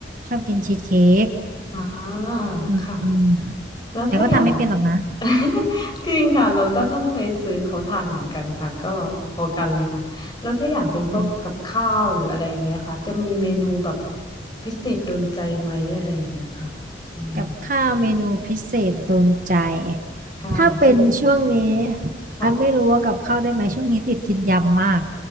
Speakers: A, on the right; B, on the left.
A: ชอบกินชีสเค้ก
B: อ่า
A: อืมอืม
B: ค่ะ แล้วถ้าอย่าง
A: แต่ก็ทำไม่เป็นหรอกนะ
B: <laughs> จริงค่ะเราก็ต้องไปซื้อเขาทานเหมือนกันค่ะก็พอกันเลยค่ะแล้วถ้าอย่างเป็นพวกกับข้าวหรืออะไรอย่างเงี้ยค่ะจะมีเมนูแบบ
A: อืม
B: พิเศษโดนใจไหมอะไรอย่างเงี้ยค่ะอืม
A: กับข้าวเมนูพิเศษโดนใจ
B: ใช่ที่
A: ถ้าเป็นช่วงนี้
B: ค่ะ
A: อันไม่รู้ว่ากับข้าวได้ไหมช่วงนี้ติดกินยำมาก